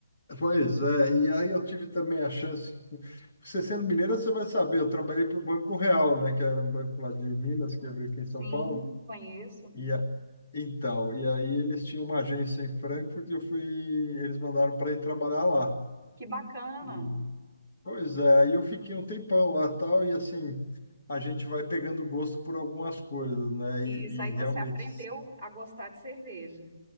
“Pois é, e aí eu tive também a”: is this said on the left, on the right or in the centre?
Left